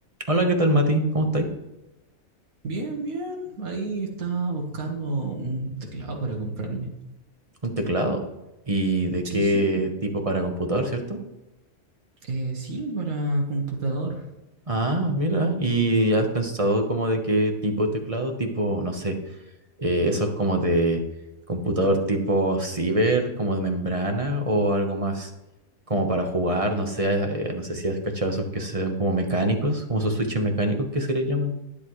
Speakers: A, on the right (about 25°); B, on the right (about 80°).
A: Hola, ¿qué tal, Mati? ¿Cómo estáis?
B: Bien, bien. Ahí estaba buscando un teclado para comprarme.
A: Un teclado. ¿Y de qué
B: Sí, sí.
A: tipo para computador, cierto?
B: Eh, sí, para computador.
A: Ah, mira, ¿y has pensado como de qué tipo de teclado? Tipo, no sé, eh, esos como de computador tipo ciber, como de membrana o algo más como para jugar, no sé, eh, no sé si has cachado esos que son como mecánicos, como esos switches mecánicos que se les llaman.